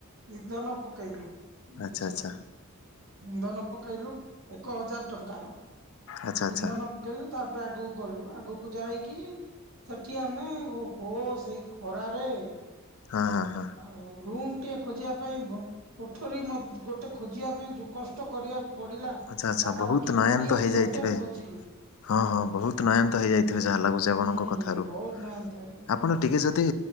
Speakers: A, on the right; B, on the left.
A: ଇନ୍ଧନ ପକେଇଲୁ।
B: ଆଛା
A: ବୁଝିଲ
B: ଆଚ୍ଛା।
A: ଇନ୍ଧନ ପକେଇଲୁ ଏକ ହଜାର ଟଙ୍କାର,
B: ଆଚ୍ଛା ଆଚ୍ଛା
A: ଇନ୍ଧନ ପକେଇଲୁ ତା ପ ତା ଆଗକୁ ଗଲୁ, ଆଗକୁ ଯାଇକି ସେଠି ଆମେ, ଓହୋ ସେଇ ଖରାରେ
B: ହାଁ ହାଁ ହାଁ।
A: ଆଉ ରୁମ୍ ଟିଏ ଖୋଜିବା ପାଇଁ ବ କୋଠରୀ ମତ୍ ଗୋଟେ ଖୋଜିବା ପାଇଁ ଯୋଉ କଷ୍ଟ କରିବାକୁ ପଡିଲା।
B: ଆଚ୍ଛା ଆଚ୍ଛା
A: ପାଖାପାଖି
B: ବହୁତ ନୟାନ୍ତ
A: କୋଡିଏଟି
B: ହେଇଯାଇଥିବେ।
A: ହୋଟେଲ ଖୋଜିଲୁ
B: ହଁ ହଁ ବହୁତ୍ ନୟାନ୍ତ ହେଇଯାଇଥିବେ ଯାହା ଲାଗୁଚି
A: ହୁଁ
B: ଆପଣଙ୍କ କଥାରୁ।
A: ବହୁତ
B: ଆପ
A: ନାହାନ୍ତ ହେଇଗଲୁ
B: ଆପଣ ଟିକିଏ ଯଦି